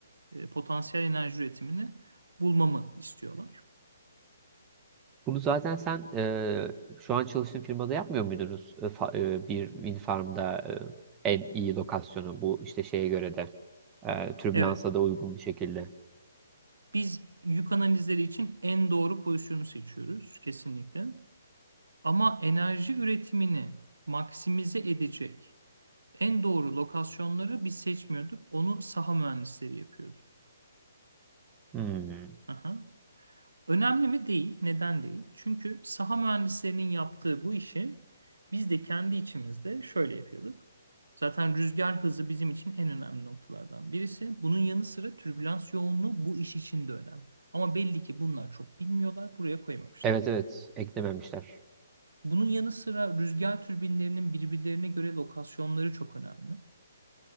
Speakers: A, on the right (about 85°); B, on the right (about 20°).
A: e, potansiyel enerji üretimini bulmamı istiyorlar.
B: Bunu zaten sen e, şu an çalıştığın firmada yapmıyor muydunuz? E, fa- e, bir wind farm'da e, en iyi lokasyonu bu işte şeye göre de e, türbülansa
A: Evet.
B: da uygun bir şekilde.
A: Biz yük analizleri için en doğru pozisyonu seçiyoruz kesinlikle. Ama enerji üretimini maksimize edecek en doğru lokasyonları biz seçmiyorduk. Onu saha mühendisleri yapıyordu.
B: Hmm.
A: Aha. Önemli mi? Değil. Neden değil? Çünkü saha mühendislerinin yaptığı bu işi biz de kendi içimizde şöyle yapıyorduk. Zaten rüzgar hızı bizim için en önemli noktalardan birisi. Bunun yanı sıra türbülans yoğunluğu bu iş için de önemli. Ama belli ki bunlar çok bilmiyorlar, buraya koymamışlar.
B: Evet evet eklememişler.
A: Bunun yanı sıra rüzgar türbinlerinin birbirlerine göre lokasyonları çok önemli.